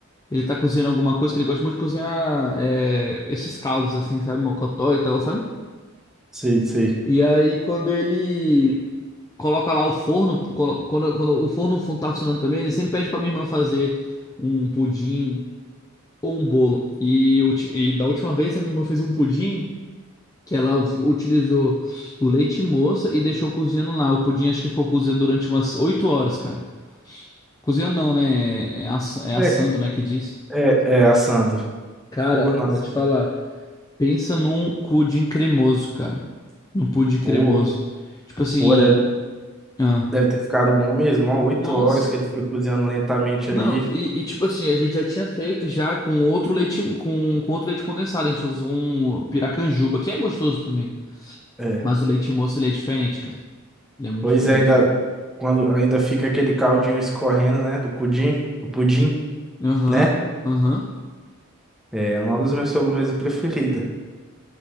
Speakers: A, on the left; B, in the centre.
A: ele tá cozinhando alguma coisa, que ele gosta muito de cozinhar é, esses caldos assim, sabe? Mocotó e tal, sabe?
B: Sei, sei.
A: E aí quando ele coloca lá o forno, colo- quando, quando o forno fun- tá funcionando também, ele sempre pede pra minha irmã fazer um pudim ou um bolo. E, ulti- e da última vez a minha irmã fez um pudim que ela u- utilizou o leite moça e deixou cozinhando lá. O pudim acho que ficou cozinhando durante umas 8 horas, cara. Cozinhando não, né? É, ass- é assando,
B: É,
A: né, que diz.
B: é, é assando.
A: Cara,
B: Forno, assando.
A: vou te falar. Pensa num pudim cremoso, cara. Num pudim cremoso.
B: Pô,
A: Tipo assim,
B: pô, deve,
A: ah,
B: deve ter ficado bom mesmo, ó. Oito
A: nossa.
B: horas que ele foi cozinhando lentamente
A: Não,
B: ali.
A: e, e tipo assim, a gente já tinha feito já com outro leite, com, com outro leite condensado. A gente usou um piracanjuba, que é gostoso também.
B: É.
A: Mas o leite moço, ele é diferente, cara. Ele é muito
B: Pois
A: diferente,
B: é, ainda,
A: velho.
B: quando, ainda fica aquele caldinho escorrendo, né? Do pudim, o pudim,
A: Aham,
B: né?
A: aham.
B: É uma das minhas sobremesas preferidas.